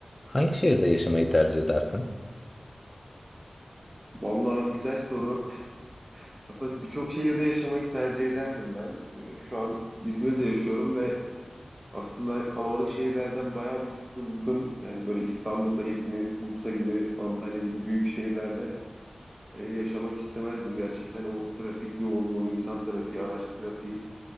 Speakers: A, on the left; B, on the right.
A: Hangi şehirde yaşamayı tercih edersin?
B: Vallahi abi güzel soru. Aslında birçok şehirde yaşamayı tercih ederdim ben. Ee, Şu an İzmir'de yaşıyorum ve aslında kalabalık şehirlerden bayağı bir sıkıldım. Yani böyle İstanbul'da, İzmir, Bursa gibi, Antalya gibi büyük şehirlerde e, yaşamak istemezdim. Gerçekten o trafik yoğunluğu, insan trafiği, araç trafiği